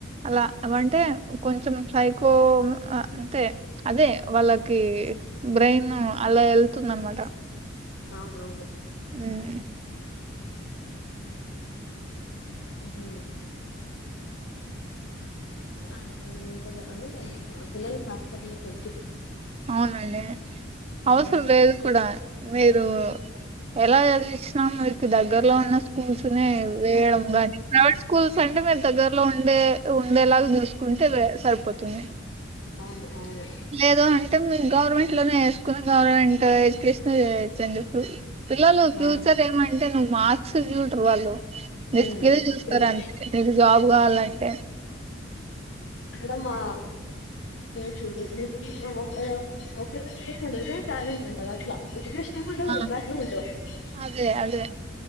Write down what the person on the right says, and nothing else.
అలా, అంటే కొంచెం సైకో, అంటే అదే వాళ్ళకి. బ్రెయిన్, అలా వెళ్తుందనమాట.
ఉమ్
అవునండి.
అవసరంలేదు కూడా. మీరు ఎలా చదివిచ్చిన, మీకు దగ్గరలో ఉన్న. స్కూల్స్నే వేయడం, గానీ ప్రైవేట్ స్కూల్స్. అంటే మీరు దగ్గరలో ఉండే ఉండేలాగా, చూసుకుంటే సరిపోతుంది.
లేదు అంటే గవర్నమెంట్ లోనే వేసుకుని గవర్నమెంట్ ఎడ్యుకేషన్ పిల్లలు ఫ్యూచర్
ఏమంటే నువ్వు మార్క్స్ చూడరు వాళ్ళు నీ
స్కిల్ చూస్తారు
అంతే నీకు జాబ్ కావాలంటే
ఆ
అదే అదే